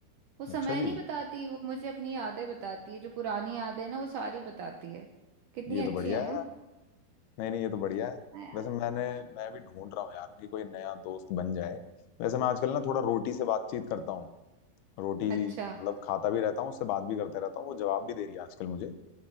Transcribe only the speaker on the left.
अच्छा जी
ये
तो बढ़िया
है
यार नहीं नहीं ये तो बढ़िया है
वैसे मैंने मैं भी ढूंढ रहा हूँ यार कि कोई नया दोस्त बन जाए वैसे मैं आजकल ना थोड़ा रोटी से बातचीत करता हूँ रोटी
मतलब खाता भी रहता हूँ उससे बात भी करते रहता हूँ वो जवाब भी दे रही है आजकल मुझे